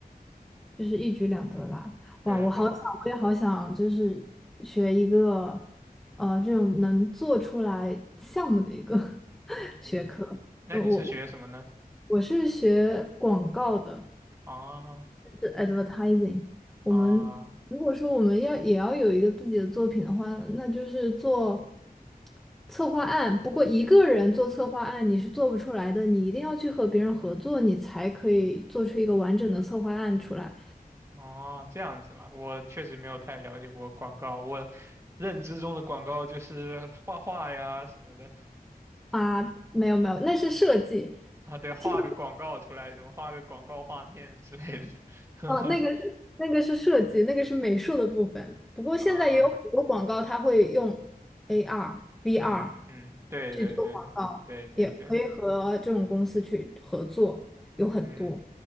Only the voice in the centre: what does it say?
就是一举两得啦。
哇，我好想，
我也好想，就是学一个，呃，这种能做出来项目的一个 <laughs> 学科。
呃，我我是学广告的，
是 advertising。我们如果说我们要也要有一个自己的作品的话，
那就是做策划案。不过一个人做策划案你是做不出来的，你一定要去和别人合作，你才可以做出一个完整的策划案出来
啊。没有没有，那是设计。
其实。
哦，那个是那个是设计，那个是美术的部分。不过现在也有很多广告，
它会用 AR、VR
去做广告，也可以和这种公司去合作，有很多。